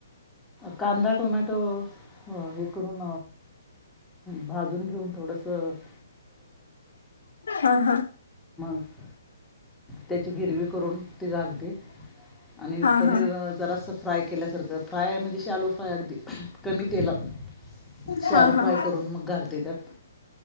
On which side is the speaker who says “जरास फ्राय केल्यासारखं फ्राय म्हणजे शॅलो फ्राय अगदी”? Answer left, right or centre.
Centre